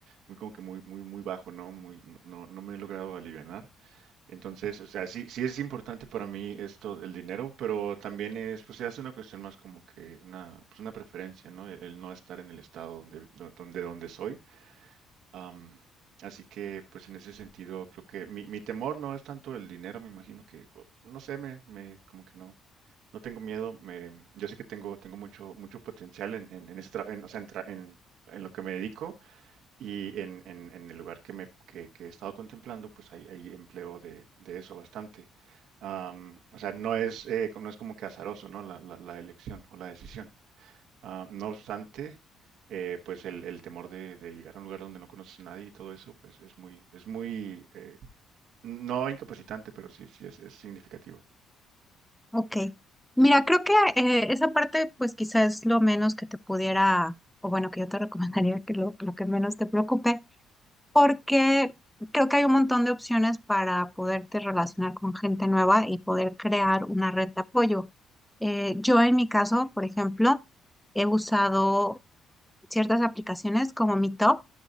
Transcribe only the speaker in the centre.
Ok. Mira, creo que eh, esa parte, pues quizás es lo menos que te pudiera, o bueno, que yo te <laughs> recomendaría que lo, lo que menos te preocupe, porque creo que hay un montón de opciones para poderte relacionar con gente nueva y poder crear una red de apoyo. Eh, yo en mi caso, por ejemplo, he usado ciertas aplicaciones como Meetup,